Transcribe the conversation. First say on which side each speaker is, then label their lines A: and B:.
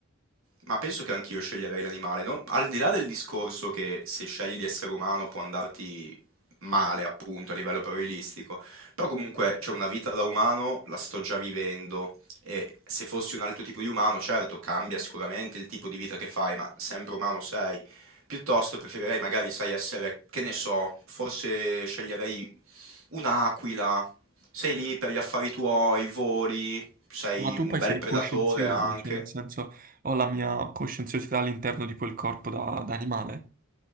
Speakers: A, on the right; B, on the right.
A: Ma penso che anch'io sceglierei l'animale, non- al di là del discorso che se scegli di essere umano può andarti male, appunto, a livello probabilistico, però comunque c'è una vita da umano, la sto già vivendo e se fossi un altro tipo di umano, certo, cambia sicuramente il tipo di vita che fai, ma sempre umano sei. Piuttosto preferirei magari, sai, essere, che ne so, forse sceglierei un'aquila, sei lì per gli affari tuoi, voli, sei
B: Ma tu
A: un
B: poi
A: bel
B: sei
A: predatore
B: coscienzioso,
A: anche.
B: cioè nel senso ho la mia coscienziosità all'interno di quel corpo da, da animale.